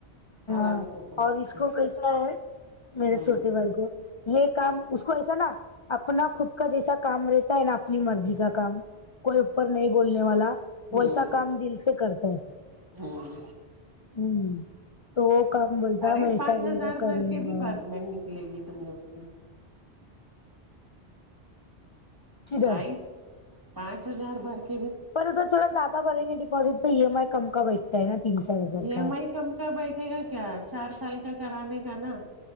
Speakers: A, on the left (about 35°); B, on the right (about 20°).
A: ہاں
B: آرام سے پہنچتے
A: اور اس کو کیسا ہے
B: ہ
A: میرے
B: ہ ہاں
A: چھوٹے بھائی کو یہ کام اس کو ایسا نا اپنا خود کا جیسا کام رہتا ہیں نا اپنی مرضی کا کام کوئی اوپر نہیں بولنے والا
B: ہوں
A: ویسا کام دل سے کرتا ہے
B: ہوں
A: ھممم تو وہ کام بولتا
B: ارے
A: میں ایسا
B: پانچ
A: رہے
B: ہزار
A: گا کر
B: بھر
A: لوں
B: کے بھی
A: گا
B: بھر میں نکلے گی تم لوگ
A: کدھر
B: سائ پانچ ہزار بھر کے
A: پر تو تھوڑا زائدہ بھرینگا گے ڈپوزٹ تو ای ایم آئی کم کا بیٹھتا ہےا تین چار ہزار
B: ای ایم
A: کا
B: آئی کم کا بیٹھے گا کیا چار سال کا کرانے کا نا